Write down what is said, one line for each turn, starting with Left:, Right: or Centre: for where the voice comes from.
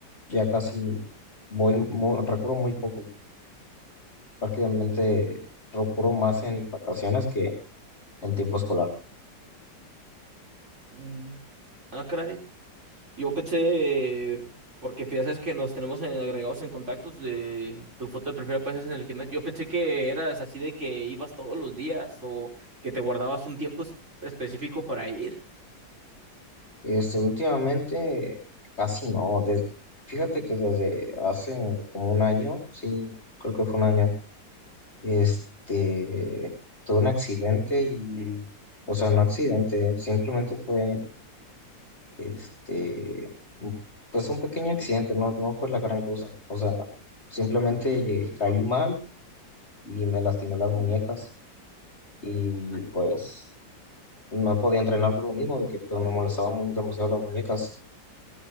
Left: ya casi voy, mu- recurro muy poco. Prácticamente recurro más en vacaciones que en tiempo escolar.
Right: Mm. Ah, caray. Yo pensé, porque pues, ya sabes que nos tenemos en- agregados en contactos de tu foto de perfil apareces en el gimnasio. Yo pensé que eras así de que ibas todos los días o que te guardabas un tiempo es- específico para ir.
Left: Este, últimamente casi no. des- fíjate que desde hace como un año, sí, creo que fue un año, este, tuve un accidente y, o sea, no accidente, simplemente fue, este, pues un pequeño accidente, no, no fue la gran cosa. O sea, simplemente caí mal y me lastimé las muñecas y pues no podía entrenar por lo mismo, de que pues, me molestaban mu- demasiado las muñecas.